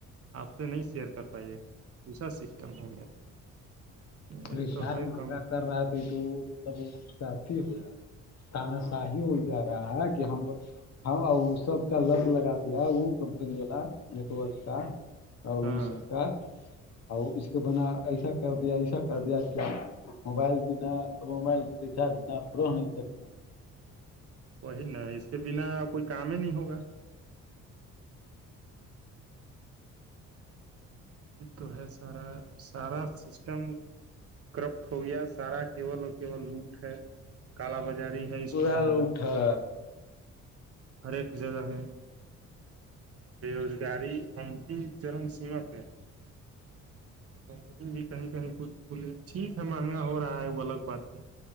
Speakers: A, on the right; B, on the left.
A: آپ سے نہیں شیئر کر پائے گا ایسا سسٹم ہو گیا
B: ا
A: یہ
B: رزار
A: تو ہے
B: مہنگا
A: کم
B: کر رہا تھھی تو مطلب اس کا ا تھی ہویا تانا شاہی ہو جا رہا ہے کہ ہم بس ہاں وہ سب کا لت لگا دیا وہ کمپنی والا نیٹورک کا اور
A: ہاں
B: اس کا اور اس کے بنا ایسا کر دیا ایسا کر دیا کیا موبائل بنا موبائل کے ریچارج بنا رہ نہیں سکتے ہیں
A: وہی نا اس کے بنا کوئی کام ہی نہیں ہوگا یہ تو ہے سارا سارا سسٹم کارپٹ ہو گیا سارا کیول اور کیول لوٹ ہے کالا بازاری ہے اس کو کہا
B: اور
A: جائے
B: اٹھا
A: ہر ایک جگہ میں بے روزگاری انتم چرم سیما پہ ہے کمپنی بھی کہیں کہیں کچھ کھلے ٹھیک ہے مہنگا ہو رہا ہے وہ الگ بات ہے